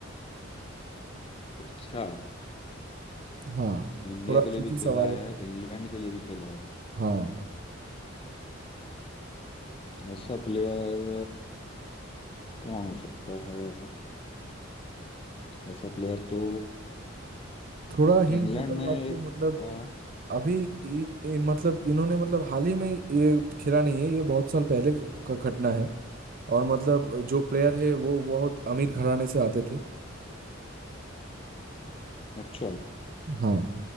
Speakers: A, on the left; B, on the right.
A: अच्छा
B: हाँ
A: इंडिया
B: थोड़ा
A: के लिए
B: ट्रिकी
A: भी
B: सवाल
A: खेला है
B: है
A: इंग्लैंड के लिए भी खेला है
B: हाँ
A: ऐसा प्लेयर कौन हो सकता है ऐसा प्लेयर तो
B: थोड़ा हिंट
A: इंग्लैंड
B: देता हूँ
A: में
B: आपको
A: एक था
B: मतलब अभी इ, इ, मतलब इन्होंने मतलब हाल ही में ये खेला नहीं है ये बहुत साल पहले की- का घटना है और मतलब जो प्लेयर है वो बहुत अमीर घराने से आते थे
A: अच्छा
B: हाँ